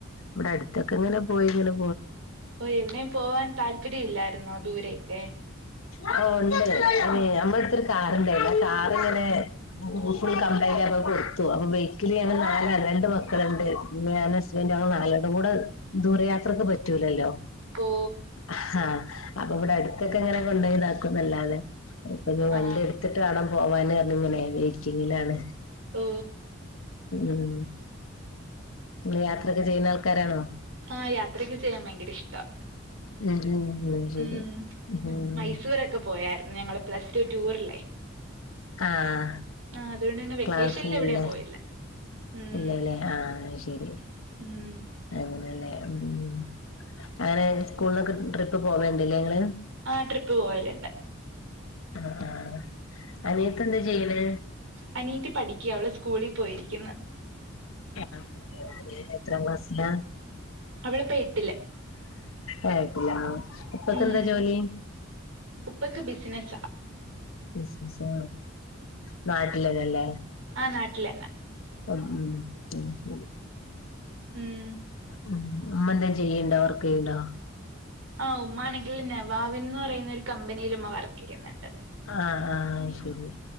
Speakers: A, on the left (about 80°); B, on the right (about 85°).
A: ഇവിടെ അടുത്തൊക്കെ ഇങ്ങനെ പോയിട്ടുണ്ട്
B: ഓഹ് എവിടെയും പോവാൻ താല്പര്യ ഇല്ലായിരുന്നോ ദൂരെയൊക്കെ
A: ആഹ് ഉണ്ട് അത് നമ്മള അട്ത്തൊരു കാറുണ്ടായിരുന്നു ആ കാറിങ്ങനെ ഫുൾ കംപ്ലൈന്റ് യാപ്ലാ അത് കൊടുത്തു അപ്പൊ ബൈക്കില് ഞങ്ങള് നലാള് രണ്ട് മക്കള്ണ്ട് പിന്നേ ഞാന് ഹസ്ബൻറ് ഞങ്ങള് നാലെണ്ണം കൂടെ ദൂരയാത്രക്ക് പറ്റൂലല്ലോ
B: ഓ
A: ഹഹാ അപ്പൊ ഇവിടെ അടുത്തൊക്കെ ങ്ങനെ കൊണ്ടോയി താക്കുന്നല്ലാതെ ഇപ്പൊ ഞ്ഞി വണ്ടി
B: ആ
A: എടുത്തിട്ടേണം പോവാൻ പറഞ്ഞിങ്ങനെ വെയിറ്റിങ്ങിലാണ്
B: ഓ
A: ഉം ങ്ങള് യാത്രൊക്കെ ചെയ്യുന്ന ആൾക്കാരാണോ
B: ആഹ് യാത്രൊക്കെ ചെയ്യാൻ ഭയങ്കര ഇഷ്ടാ
A: ഉം ഉം ശരി
B: ഉം
A: ഉം
B: മൈസൂരൊക്കെ പോകും പോയാരുന്നു ഞങ്ങള് പ്ലസ്ടു ടൂറില്ലേ
A: ആഹ്
B: ആഹ് അത് കൊണ്ടെന്നെ വെക്കേഷനിൽ
A: ക്ലാസ്സില്ലേ
B: എവിടേം പോയില്ല ഉം
A: ഇല്ലല്ലേ ആഹ് അത് ശരി
B: ഉം
A: ആണ്ലേ ഉം അങ്ങനെ സ്കൂളിന്നൊക്കെ ട്രിപ്പ് പോവൽണ്ട് ലേ ങ്ങള്
B: ആ ട്രിപ്പ് പോവല്ണ്ട്
A: ആ ആ അനിയത്തി എന്താ ചെയ്യണ്
B: അനിയത്തി പടിക്ക്യാ അവൾ സ്കൂളിൽ പോയിരിക്കുന്ന്
A: ആ എത്രാം ക്ലാസിലാ
B: അവളിപ്പ എട്ടില്
A: ആ എട്ടിലാണോ ഉപ്പക്കെന്താ
B: ഉം
A: ജോലി
B: ഉപ്പക്ക് ബിസിനസ്സാ
A: ബിസിനസ് <unintelligible> നാട്ടിലെന്നെല്ലേ
B: നാട്ടിലന്നെ
A: ഉം ഉം ഉ
B: ഉം
A: ഉം ഉമ്മെന്താ ചെയ്യ്ണ്ടോ വർക്ക് ചെയ്യ്ണ്ടോ
B: ആഹ ഉമ്മമാ ആണെങ്കിൽ നവാവിന്ന് പറയുന്ന ഒരു കമ്പനിയിൽ ഉമ്മ വർക്ക് ചെയ്യുന്നുണ്ട്
A: ആ ആ ശരി